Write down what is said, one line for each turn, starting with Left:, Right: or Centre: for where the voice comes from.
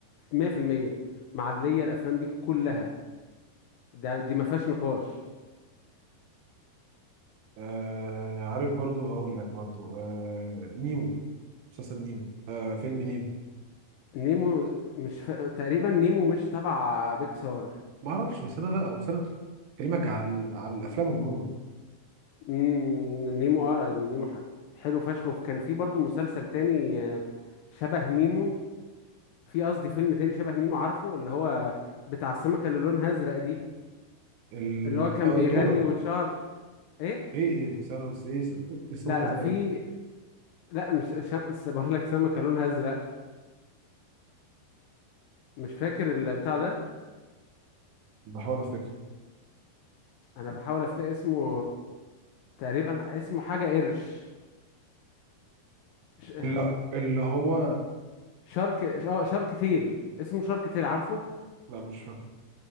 Left: مية في المية معلية الأفلام دي كلها ده دي ما فيهاش نقاش
Right: آه عارف برضو هقول لك برضو آه نيمو مسلسل نيمو آه فيلم نيمو
Left: نيمو مش ف... تقريبا نيمو مش تبع بيكسار
Right: ما اعرفش بس انا لا بس انا بكلمك على على الافلام عموما
Left: مم، نيمو اه نيمو ح- حلو فشخ وكان في برضو مسلسل تاني آه، شبه نيمو في قصدي فيلم تاني شبه نيمو عارفه اللي هو بتاع السمكة اللي لونها ازرق دي
Right: ال...
Left: اللي هو كان
Right: آه،
Left: بيغني
Right: دورة
Left: واتشهر ايه
Right: ايه ايه استنى بس ايه اس- اسمك
Left: لا لا
Right: ازاي
Left: في لا مش ش... س- بقول لك سمكة لونها ازرق مش فاكر البتاع ده
Right: بحاول افتكر
Left: انا بحاول افتكر اسمه تقريبا اسمه حاجة قرش مش...
Right: لا اللي هو
Left: شارك اه شارك تيل اسمه شارك تيل عارفه
Right: لا مش فاكر